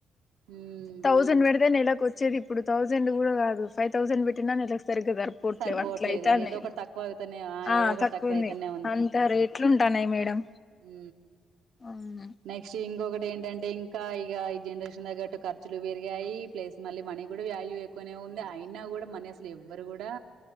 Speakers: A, on the right; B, on the left.
A: మ్మ్
B: థౌజెన్ బెడితే నెలకొచ్చేది ఇప్పుడు థౌజెండు గుడ గాదు ఫైవ్ థౌజెన్ వెట్టిన నెలకు సరిగ్గా జరుప్ పోట్లేవు
A: సరిపోవట్లేదు
B: అట్లైతన్నాయ్
A: ఏదో ఒకటి తక్కువ అవుతనే
B: ఆ
A: ఏదో ఒకటి
B: తక్కువుంది
A: తక్కువ అయితేనే
B: అంత రేట్లు ఉంటాన్నాయ్ మేడం
A: ఊ
B: అవును
A: నెక్స్ట్ ఇంగొగటి ఏంటంటే ఇం ఇంకా ఇక ఈ జండ్రేషన్ తగ్గట్టు ఖర్చులు బెరిగాయి ప్లస్ మళ్ళీ మనీ గుడ వ్యాల్యూ ఎక్ కొనే ఉంది అయినా గుడ మనీ అసలు ఎవ్వరు గుడా